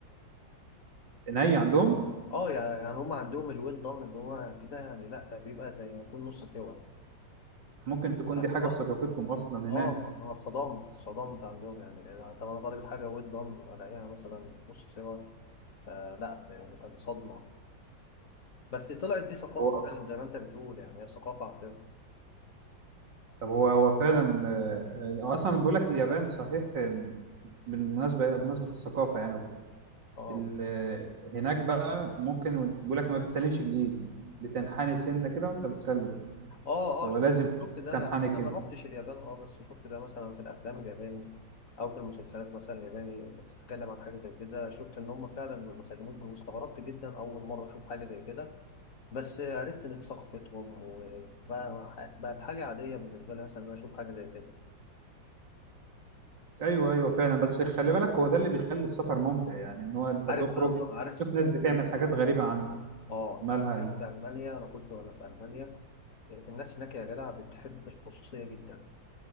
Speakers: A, on the right (about 70°); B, on the left (about 45°).
A: ني عندهم
B: اه يعني هم عندهم الويل دان اللي هو كده يعني لا بيبقى زي ما يكون نص سوا
A: ممكن تكون
B: اه
A: دي حاجة
B: آه.
A: في ثقافتهم أصلا
B: اه
A: هناك
B: انا اتصدمت اتصدمت عندهم يعني يعني طب انا طالب الحاجه ويل دون الاقيها مثلا نص سوا فلا يعني كانت صدمه بس طلعت دي ثقافه
A: هو
B: فعلا زي ما انت بتقول يعني هي ثقافه عندهم
A: طب هو هو فعلا آه، آه، أصلا بيقول لك اليابان صحيح آه، بالمناسبة بمناسبة الثقافة يعني وكده
B: اه
A: ال- آه، هناك بقى ممكن بيقول لك ما بتسلمش بالإيد بتنحني سنة كده وأنت بتسلم
B: اه
A: هو
B: اه شفت
A: لازم
B: شفت ده
A: تنحني
B: يعني انا
A: كده
B: ما روحتش اليابان اه بس شفت ده مثلا في الافلام الياباني او في المسلسلات مثلا الياباني اللي بتتكلم عن حاجه زي كده شفت ان هم فعلا ما بيسلموش واستغربت جدا اول مره اشوف حاجه زي كده بس عرفت ان دي ثقافتهم وبقى بقت حاجه عاديه بالنسبه لي مثلا ان انا اشوف حاجه زي كده
A: أيوه أيوه فعلا بس خلي بالك هو ده اللي بيخلي السفر ممتع يعني إن هو أنت
B: عارف
A: تخرج
B: بقى م- عارف
A: تشوف ناس
B: المانيا
A: بتعمل حاجات غريبة عن
B: اه
A: مالها
B: يعني عارف في المانيا انا كنت وانا في المانيا آه، الناس هناك يا جدع بتحب الخصوصيه جدا